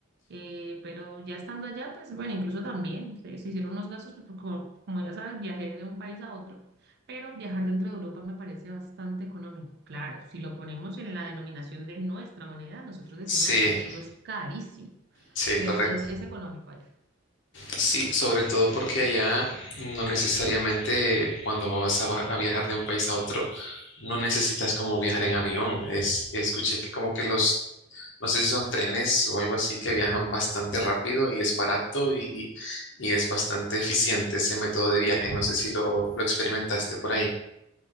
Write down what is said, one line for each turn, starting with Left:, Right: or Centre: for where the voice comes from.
Right: Eh, pero ya estando allá, pues bueno, incluso también se, se hicieron unos gastos, pues, como, como ya sabes, viajé de un país a otro, pero viajar dentro de Europa me parece bastante económico. Claro, si lo ponemos en la denominación de nuestra moneda, nosotros decimos
Left: Sí,
Right: esto es carísimo,
Left: sí,
Right: pero
Left: correcto.
Right: es, es económico allá.
Left: Sí, sobre todo porque allá no necesariamente cuando vas a, va- a viajar de un país a otro, no necesitas como viajar en avión. Es, escuché que como que los, no sé si son trenes o algo así, que viajan bastante rápido y es barato y, y es bastante eficiente ese método de viaje. No sé si lo, lo experimentaste por ahí.